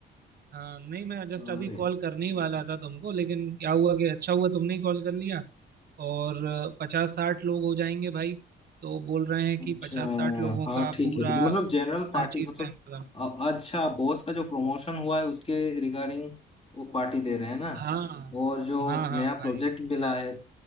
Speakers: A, on the right; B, on the left.
A: हाँ नहीं मैं जस्ट
B: अरे
A: अभी कॉल करने ही वाला था तुमको लेकिन क्या हुआ कि अच्छा हुआ तुमने ही कॉल कर लिया और पचास साठ लोग हो जाएंगे भाई तो बोल रहे हैं
B: अच्छा
A: कि पचास साठ लोगों
B: हाँ
A: का
B: ठीक
A: पूरा
B: है ठीक है मतलब जनरल पार्टी
A: हर चीज़
B: मतलब
A: का इंतजाम
B: अ- अच्छा बॉस का जो प्रमोशन हुआ है उसके रिगार्डिंग वो पार्टी दे रहे हैं ना
A: हाँ
B: और जो
A: हाँ
B: नया
A: हाँ भाई
B: प्रोजेक्ट मिला है